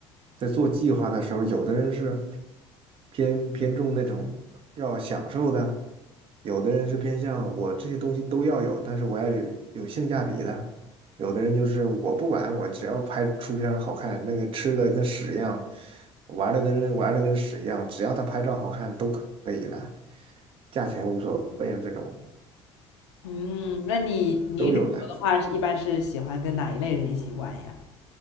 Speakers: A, on the right; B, on the left.
A: 在做计划的时候，有的人是偏偏重那种要享受的，有的人是偏向我这些东西都要有，但是我要有有性价比的。有的人就是我不管，我只要拍出片儿好看，那个吃的跟屎一样，玩的跟玩的跟屎一样，只要他拍照好看都可以的，价钱无所谓的这种
B: 嗯，那你你旅游的话，
A: 都有的。
B: 一般是喜欢跟哪一类人一起玩呀？